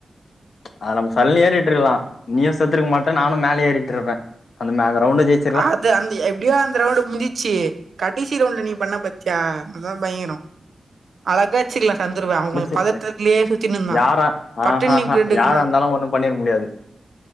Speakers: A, on the left; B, on the right.
A: அது நம்ம சல்லுன்னு ஏறிட்டு இருக்கலாம் நீயும் செத்துருக்க மாட்ட நானும் மேல ஏறிட்டுருப்பேன் அந்த மே அந்த ரவுண்டே ஜெயிச்
B: அது அந்த எப்டியோ அந்த ரவுண்டு முஞ்சிச்சி கடைசி ரவுண்ட்ல நீ பண்ண பத்தியா அதான் பயங்கரோம் அழகா அச்சிருக்கலாம் சந்துருவ அவ
A: மிஸ்ஸு
B: ஒரு பதட்டத்துலயே சுத்தினுருந்தான்
A: யாரா
B: பட்டுனு
A: ஆஹாஹா
B: நீ ரெண்டுக்கு
A: யாரா
B: ரெண்
A: இருந்தாலு ஒண்ணு பண்ணிருக்க முடியாது